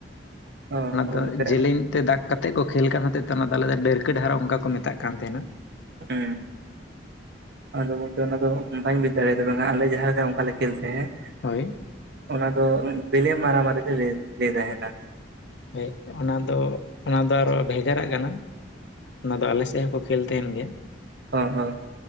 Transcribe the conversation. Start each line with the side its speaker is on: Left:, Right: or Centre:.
Right: ᱚ
Left: ᱛᱚ
Right: ᱜᱚᱝᱠᱮ
Left: ᱡᱮᱞᱮᱧ ᱛᱮ ᱫᱟᱜᱽ ᱠᱟᱛᱮᱫ ᱠᱚ ᱠᱷᱮᱞ ᱠᱟᱱ ᱦᱚᱛᱮᱫ ᱛᱮ ᱚᱱᱟᱫᱚ ᱟᱞᱮ ᱫᱚ ᱰᱟᱹᱨᱠᱟᱹ ᱰᱟᱦᱟᱨ ᱚᱱᱠᱟ ᱠᱚ ᱢᱮᱛᱟᱜ ᱠᱟᱱ ᱛᱟᱦᱮᱱᱟ ᱾
Right: ᱦᱩᱸ ᱟᱫᱚ ᱜᱚᱝᱠᱮ ᱚᱱᱟ ᱫᱚ ᱵᱟᱹᱧ ᱵᱩᱡ ᱫᱟᱲᱮᱭᱟ <unintelligible> ᱟᱞᱮ ᱡᱟᱦᱟᱸ ᱞᱮᱠᱟ ᱚᱱᱠᱟᱞᱮ ᱠᱷᱮᱞ ᱛᱟᱦᱮᱸᱫ
Left: ᱦᱳᱭ
Right: ᱚᱱᱟ ᱫᱚ ᱵᱮᱞᱮ ᱢᱟᱨᱟ ᱢᱟᱨᱤ ᱞᱮ ᱞᱟᱹᱭ ᱛᱟᱦᱮᱱᱟ ᱾
Left: ᱦᱳᱭ ᱚᱱᱟ ᱫᱚ ᱚᱱᱟ ᱫᱚ ᱟᱨᱚ ᱵᱷᱮᱜᱟᱨᱟᱜ ᱠᱟᱱᱟ᱾ ᱚᱱᱟ ᱫᱚ ᱟᱞᱮ ᱥᱮᱡ ᱦᱚᱸᱠᱚ ᱠᱷᱮᱞ ᱛᱟᱦᱮᱱ ᱜᱮᱭᱟ ᱾
Right: <inaudible>